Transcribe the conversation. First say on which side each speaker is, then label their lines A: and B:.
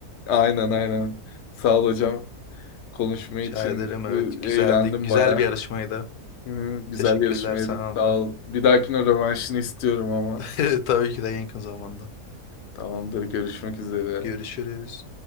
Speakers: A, on the left; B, on the left.
A: Aynen aynen. Sağ ol hocam. Konuşma için
B: Rica ederim evet.
A: bu
B: Güzeldi.
A: eğlendim
B: Güzel
A: bayağı.
B: bir yarışmaydı.
A: Hı, güzel
B: Teşekkürler
A: yarışmaydı.
B: sana
A: Sağ
B: da.
A: ol. Bir dahakine rövanşını istiyorum ama.
B: <laughs> Tabii ki de en yakın zamanda.
A: Tamamdır. Görüşmek üzere.
B: Görüşürüz.